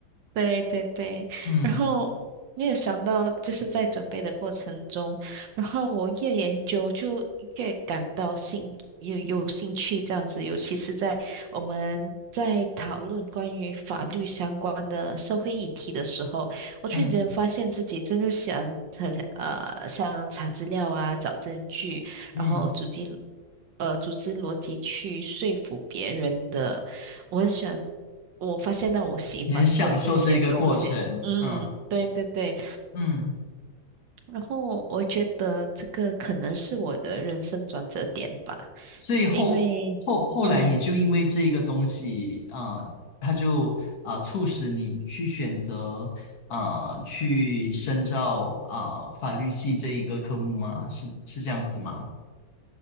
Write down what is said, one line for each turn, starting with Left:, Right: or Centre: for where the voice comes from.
Right: 对对对，
Left: 嗯
Right: 然后你也想到，就是在准备的过程中，然后我越研究就越感到兴有有兴趣这样子，尤其是在我们在讨论关于法律相关的社会议题的时候，我突然间发现自己真的喜欢很想呃像查资料啊、
Left: 嗯
Right: 找证据，
Left: 嗯
Right: 然后组织呃组织逻辑去说服别人的。我很喜欢，我发现到我喜欢做这些东西。
Left: 你很享受这个过程，
Right: 嗯，
Left: 嗯
Right: 对对对。
Left: 嗯，
Right: 然后我觉得这个可能是我的人生转折点吧，
Left: 所以后后后来你就因为这一个东西啊，
Right: 因为，嗯。
Left: 呃它就啊、呃促使你去选择啊、呃去深造啊、呃法律系这一个科目吗？是是这样子吗？